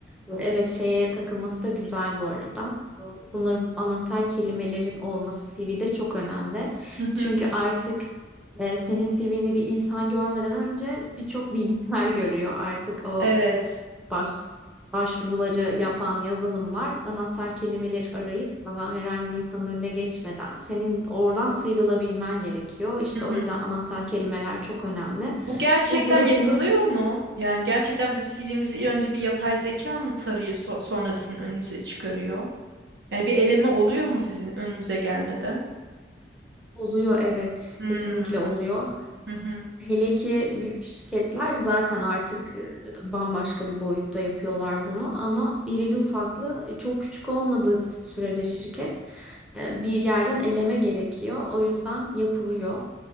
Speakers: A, in the centre; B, on the right.
A: e, evet şeye takılması da güzel bu arada. Bunların anahtar kelimelerin olması CV'de çok önemli.
B: Hı hı.
A: Çünkü artık e, senin CV'ni bir insan görmeden önce birçok bilgisayar görüyor artık o
B: Evet.
A: baş başvuruları yapan yazılımlar anahtar kelimeleri arayıp daha herhangi bir insanın önüne geçmeden senin oradan sıyrılabilmen gerekiyor. İşte
B: Hı
A: o
B: hı.
A: yüzden anahtar kelimeler çok önemli.
B: Bu gerçekten
A: Burada da senin
B: yapılıyor mu? Yani gerçekten bizim CV'mizi önce bir yapay zeka mı tarıyor so- sonra sizin önünüze çıkarıyor? Yani bir eleme oluyor mu sizin önünüze gelmeden?
A: oluyor evet
B: Hmm,
A: kesinlikle oluyor.
B: hı hı,
A: Hele ki büyük şirketler zaten artık e, bambaşka bir boyutta yapıyorlar bunu ama irili ufaklı e, çok küçük olmadığı sürece şirket e, bir yerden eleme gerekiyor. O yüzden yapılıyor.